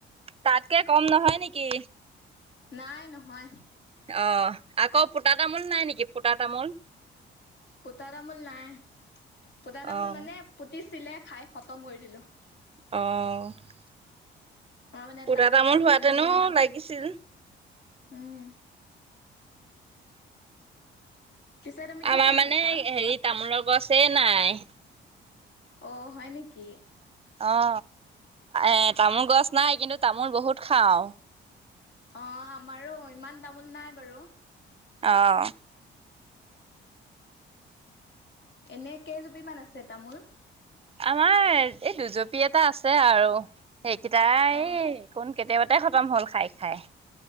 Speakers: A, on the right (about 30°); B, on the left (about 65°).
A: তাতকে কম নহয় নিকি
B: নাই নহয়
A: অহ আকৌ পোতা তামোল নাই নিকি পোতা তামোল
B: পোতা তামোল নাই পোতা তামোল
A: অ'
B: মানে পুতিছ ছিলে খাই খতম কৰি দিলোঁ
A: অ
B: মই মানে
A: পুতা
B: তামোল ফেভট
A: হোৱাতেনো
B: মানে ন
A: লাগিছিল।
B: উম পিছে তুমি কি
A: আমাৰ
B: খাই
A: মানে
B: ভাল পোৱা
A: হেৰি তামোলৰ গছে নাই
B: অ হয় নিকি
A: অ এ তামোল গছ নাই কিন্তু তামোল বহুত খাওঁ
B: অ আমাৰো ইমান তামোল নাই বাৰু
A: অহ
B: এনে কেইজুপী মান আছে তামোল
A: আমাৰ এই দুজপি এটা আছে আৰু সেইকেইটাই
B: অ
A: এই কোন কেতিয়াবাতেই খতম হ'ল খাই খাই।